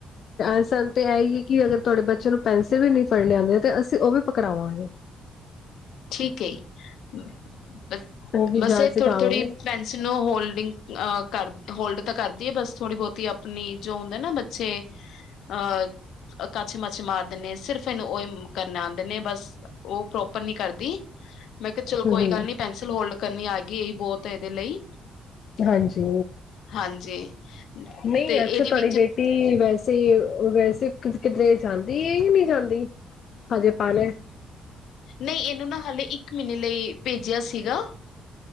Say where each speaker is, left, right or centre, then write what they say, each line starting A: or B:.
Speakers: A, on the left (about 60°); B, on the left (about 80°).
A: ਅਸਲ ਤੇ ਆਏਗੀ ਕਿ ਅਗਰ ਤੁਹਾਡੇ ਬੱਚੇ ਨੂੰ ਪੈਸ ਪੈਂਸਲ ਵੀ ਨਹੀਂ ਫੜਨੀ ਆਂਦੀ ਤੇ ਅਸੀਂ ਉਹ ਵੀ ਕਰਾਵਾਂਗੇ।
B: ਠੀਕ ਹੈ, ਜੀ ਬ
A: ਉਹ ਵੀ
B: ਬਸ
A: ਜਾਚ
B: ਇਹ
A: ਸਿਖਾਵਾਂਗੇ
B: ਥੋੜ੍ਹੀ ਥੋੜ੍ਹੀ ਪੈਨਸਿਲ ਨੂੰ ਹੋਲਡਿੰਗ ਅ ਕਰ ਹੋਲਡ ਤਾਂ ਕਰਦੀ ਐ ਬਸ ਥੋੜੀ ਬਹੁਤੀ ਆਪਣੀ ਜੋ ਹੁੰਦਾ ਨਾ ਬੱਚੇ ਅ ਕਾਛੇ ਮਾਛੇ ਮਾਰਦੇ ਨੇ ਸਿਰਫ ਇਹਨੂੰ ਓਹੀ ਕਰਨੇ ਆਂਦੇ ਨੇ ਬਸ ਉਹ ਪ੍ਰੋਪਰ ਨ ਕਰਦੀ। ਮੈਂ ਕਿਹਾ ਚਲੋ
A: ਹੂੰ
B: ਕੋਈ
A: ਹੂੰ
B: ਗੱਲ ਨੀ ਪੈਸਿਲ ਹੋਲਡ। ਕਰਨੀ ਆ ਗਈ ਇਹੀ ਬਹੁਤ ਐ ਇਹਦੇ ਲਈ।
A: ਹਾਂਜੀ,
B: ਹਾਂਜੀ।
A: ਨਹੀਂ
B: ਤੇ ਇਹਦੇ
A: ਅੱਛਾ ਤੁਹਾਡੀ
B: ਵਿੱਚ
A: ਬੇਟੀ ਵੈਸੇ ਵੈਸੇ ਕਿਧਰੇ ਜਾਂਦੇ। ਦੀ ਇਹ ਵੀ ਨਹੀਂ ਜਾਂਦੀ ਹਜੇ ਪਾਣੇ
B: ਨਹੀਂ ਇਹਨੂੰ ਨਾ ਹਾਲੇ ਇੱਕ ਮਹੀਨੇ ਲਈ ਭੇਜਿਆ ਸੀਗਾ।